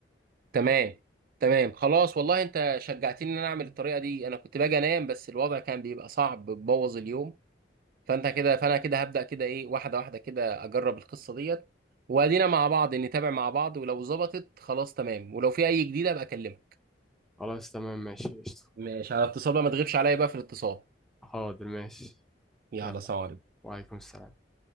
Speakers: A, on the right; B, in the centre.
A: تمام تمام خلاص والله انت شجعتني ان انا اعمل الطريقه دي انا كنت باجي انام بس الوضع كان بيبقى صعب بتبوظ اليوم فانت كده فانا كده هبدا كده ايه واحده واحده كده اجرب القصه ديت وادينا مع بعض نتابع مع بعض ولو ظبطت خلاص تمام ولو في اي جديده ابقى اكلمك
B: خلاص تمام ماشي قشطه
A: مش على اتصال بقى ما تغيبش عليا بقى في الاتصال
B: حاضر ماشي
A: يلا
B: يلا
A: سلام عليكم
B: وعليكم السلام